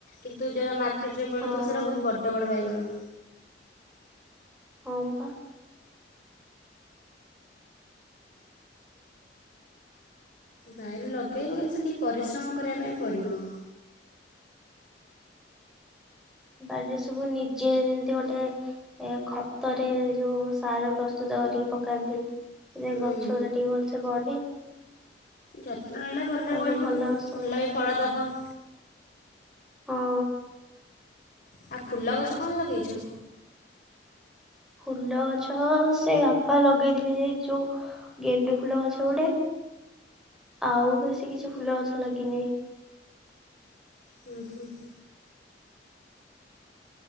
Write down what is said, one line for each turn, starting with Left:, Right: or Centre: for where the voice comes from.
Left: କିନ୍ତୁ ଯୋଉରା ମାର୍କେଟ ରେ ମିଳୁଥିବ।
Centre: ହଁ
Left: ସେଇଟା ବହୁତ୍ ବଡ ବଡ ବାଇଗଣ।
Centre: ହଁ ବା।
Left: ବାଇରେ ଲଗେଇବୁ କିନ୍ତୁ ସେତିକି ପରିଶ୍ରମ କରିବା ପାଇଁ ପଡ଼ିବ।
Centre: ବାଡିରେ ସବୁ ନିଜେ ଯେମତି ଗୋଟେ ଏ ଖତରେ ଯୋଉ ସାର ପ୍ରସ୍ତୁତ କରିକି ପକାନ୍ତି। ସେ
Left: ହୁଁ,
Centre: ଗଛ ରେ ଟିକେ ଭଲସେ ବଢେ।
Left: ଯତ୍ନ ନେଲେ ଭଲରେ
Centre: ତାପରେ
Left: ବଢ଼ିବ
Centre: ଭଲ ସବୁ
Left: ଭଲ ବି ଫଳ ଦେବ।
Centre: ହଁ
Left: ଆ ଫୁଲ ଗଛ କଣ ଲଗେଇଛ?
Centre: ଫୁଲ ଗଛ ସେ ବାପା ଲଗେଇଥିଲେ ଯୋଉ ଗେଣ୍ଡୁ ଫୁଲ ଗଛ ଗୋଟେ ଆଉ ବେଶୀ କିଛି ଫୁଲ ଗଛ ଲାଗିନି।
Left: ହୁଁ, ହୁଁ।